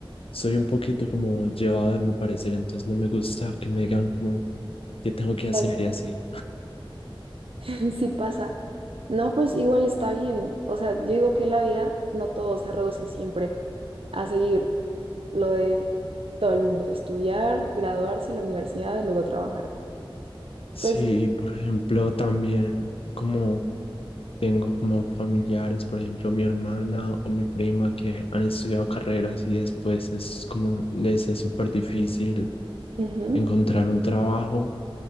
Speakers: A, on the left; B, on the right.
A: soy un poquito como llevado de mi parecer, entonces no me gusta que me digan como qué tengo que
B: pasa.
A: hacer y así.
B: <laughs> Sí pasa. No, pues igual está bien. O sea, yo digo que la vida no todo se reduce siempre a seguir lo de todo el mundo, estudiar, graduarse en la universidad y luego trabajar.
A: Sí,
B: Pues
A: por ejemplo, también como tengo como familiares, por ejemplo, mi hermana o mi prima que han estudiado carreras y después es como les es súper difícil
B: ujú,
A: encontrar un trabajo.